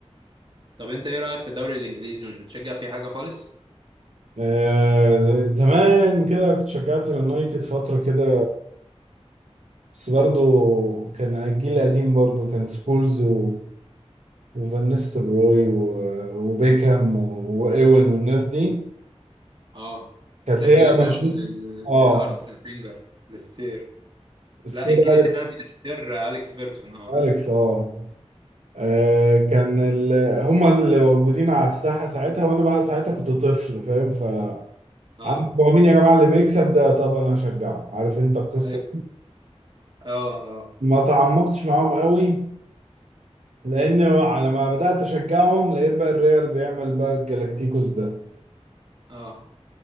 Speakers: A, on the right; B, on the right.
A: طب انت ايه رأيك في الدوري الانجليزي مش بتشجع فيه حاجة خالص
B: آه، ز- زمان كده كنت شجعت اليونايتد فترة كده بس برضه كان الجيل القديم برضه كان سكولز و- وفان نيستلروي و- وبيكهام و- وإيوين والناس دي
A: اه
B: كانت
A: ده الجيل
B: هي مانشستر
A: ده لل...
B: اه
A: للارسنال فينجر للسير
B: السير
A: لا الجيل
B: أليكس
A: ده من السير اليكس فيرجسون اه
B: أليكس اه آه، كان ال... هما اللي موجودين على الساحة ساعتها وأنا بقى ساعتها كنت طفل فاهم فعارف
A: اه
B: هو مين يا جماعة اللي بيكسب ده طب أنا هشجعه عارف أنت القصة
A: ايوه اه اه
B: ما تعمقتش معاهم قوي لأن على ما بدأت أشجعهم لقيت بقى الريال بيعمل بقى الجلاكتيكوس ده <laughs>
A: اه